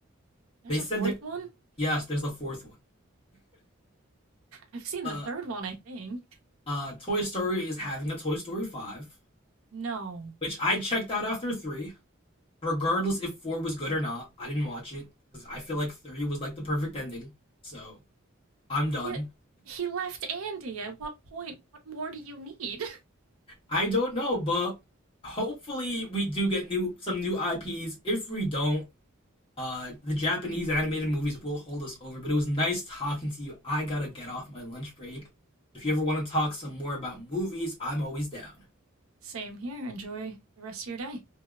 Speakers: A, on the right; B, on the left.
A: <laughs> There's
B: They said
A: a fourth
B: that
A: one?
B: yes, there's a fourth one.
A: I've seen
B: Uh,
A: the third one, I think.
B: uh, Toy Story is having a Toy Story five,
A: No.
B: which I checked out after three. regardless if four was good or not, I didn't watch it because I feel like three was like the perfect ending. So I'm done.
A: Th- He left Andy. At what point? What more do you need?
B: I don't know, but hopefully we do get new some new IPs. If we don't, uh, the Japanese animated movies will hold us over. But it was nice talking to you. I gotta get off my lunch break. If you ever want to talk some more about movies, I'm always down.
A: <laughs> Same here. Enjoy the rest of your day.